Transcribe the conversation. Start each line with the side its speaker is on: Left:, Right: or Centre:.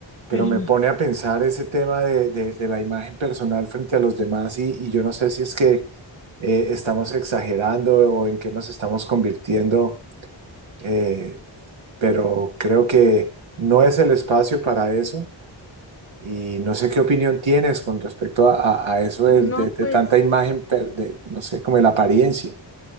Right: pero
Left: Sí.
Right: me pone a pensar ese tema de, de- de la imagen personal frente a los demás y, y yo no sé si es que eh, estamos exagerando o en qué nos estamos convirtiendo, eh, pero creo que no es el espacio para eso y no sé qué opinión tienes con respecto a, a- a eso del-
Left: No,
Right: de, de
Left: pues,
Right: tanta imagen, per- de, no sé, como de la apariencia.